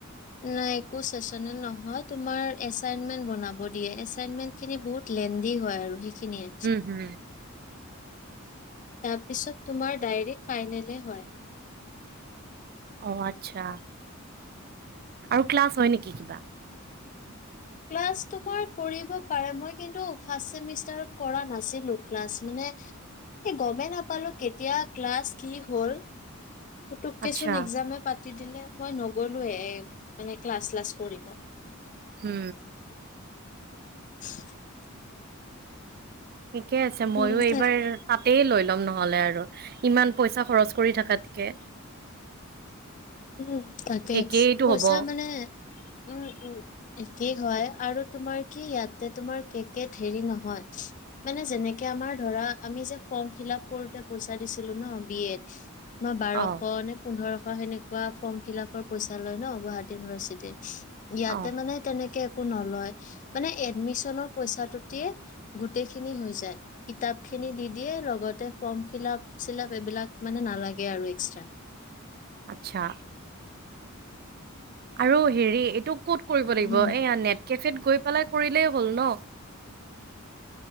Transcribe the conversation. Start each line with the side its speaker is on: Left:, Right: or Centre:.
Left: নাই, একো চেচনেল নহয়। তোমাৰ, এছাইনমেণ্ট বনাব দিয়ে। এছাইনমেণ্ট খিনি বহুত <unintelligible> হয় আৰু। সেইখিনিয়ে
Right: উম! উ!
Left: তাৰপিছত, তোমাৰ ডায়ৰেক ফাইনেলে হয়।
Right: অ'! আচ্ছা আৰু ক্লাছ হয় নেকি কিবা?
Left: ক্লাছ তোমাৰ কৰিব পাৰে। মই কিন্তু, ফাৰ্ষ্ট চেমিষ্টাৰত কৰা নাছিলোঁ ক্লাছ, মানে, গমেই নাপালোঁ। কেতিয়া ক্লাছ, কি হ'ল পুতুককেচোন
Right: আচ্ছা,
Left: একজামে পা দিলে। মই নগলোৱে, মানে ক্লাছ <unintelligible> কৰিব।
Right: হু!
Left: <unintelligible>
Right: ঠিকে আছে। মইয়ো
Left: উম
Right: এইবাৰ,
Left: তাক
Right: তাতে লৈ ল'ম নহ'লে আৰু। ইমান পইচা খৰচ কৰি থকাতকে।
Left: উম! তাকে,
Right: একেইটো
Left: পইচা
Right: হ'ব
Left: মানে উম, উ, ম একে হয় আৰু তোমাৰ কি ইয়াতে, তোমাৰ কেকেত হেৰি নহয়। মানে, যেনেকে আমাৰ ধৰা, আমি যে ফৰ্মফিলাপ কৰোঁতে পইচা দিছিলো ন' বি এত। মই বাৰশ
Right: অ
Left: নে পোন্ধৰশ, সেনেকুৱা ফৰ্ম ফিলাপৰ পইচা লয় ন' গুৱাহাটী ইউনিভাৰ্চিটিত। ইয়াতে
Right: অ
Left: মানে, তেনেকে নলয়। মানে, এডমিছনৰ পইচাটো দি গোটেই খিনি হৈ যায়। কিতাপ খিনি খিনি দি দিয়ে। লগতে, ফৰ্ম ফিলাপ, চিলাপ এইবিলাক মানে, নালাগে আৰু এক্সট্ৰা।
Right: আচ্ছা! আৰু হেৰি, এইটো ক'ত কৰিব লাগিব।
Left: উম
Right: এইয়া, নেট কেফেত গৈ পেলাই কৰিলেই হ'ল ন'।